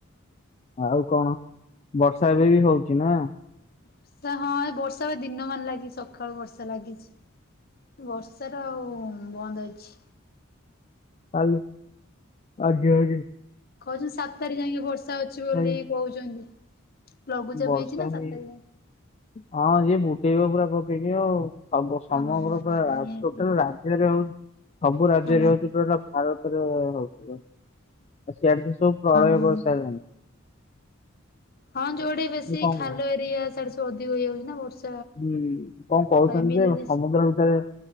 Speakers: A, on the left; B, on the left.
A: ଆଉ, କଣ ବର୍ଷା ଏବେ ବି ହଉଛି ନା?
B: ବର୍ଷା ହଁ, ଏ ବର୍ଷା ବା ଦିନ ମାନ ଲାଗିଛି, ସକାଳୁ ବର୍ଷା ଲାଗିଛି। ବର୍ଷା ର ଆଉ ବନ୍ଦ ଅଛି।
A: ଆଜ୍ଞା ଆଜ୍ଞା।
B: କହୁଛନ୍ତି ସାତ ତାରିଖ ଯାଏଁ ବର୍ଷା ଅଛି ବୋଲି,
A: ହେଇ
B: କହୁଛନ୍ତି ଲଘୁଚାପ
A: ବର୍ଷା
B: ହେଇଛି ନା
A: ହେଇ
B: ସାତ ତାରିଖ ଯାଏ
A: ହଁ, ସିଏ ବୁଡେଇବ ପୁରା ପକେଇକି ଆଉ। ସମଗ୍ର
B: ହଁ
A: ପୁରା
B: ନିହାତି
A: ଟୋଟାଲ ରାଜ୍ୟରେ ହଉଛି, ସବୁ ରାଜ୍ୟରେ
B: ହଁ
A: ହଉଛି ପୁରା ଭାରତରେ ହଉଥିବ, ଆ ସିଆଡେ ତ ସବୁ ପ୍ରଳୟ
B: ହଁ।
A: କରିସାରିଲାଣି।
B: ହଁ, ଯୋଉଠେ ବେଶୀ
A: ଇଏ କଣ
B: ଖାଲ
A: ନା
B: ଏରିଆ ସିଆଡେ ସବୁ ଅଧିକ ହେଇଯାଉଛି ନା ବର୍ଷା।
A: ହୁଁ, କଣ କହୁଛନ୍ତି
B: ଆଉ ଏମିତି
A: ଯେ,
B: ଯଦି
A: ସମୁଦ୍ର ଭିତରେ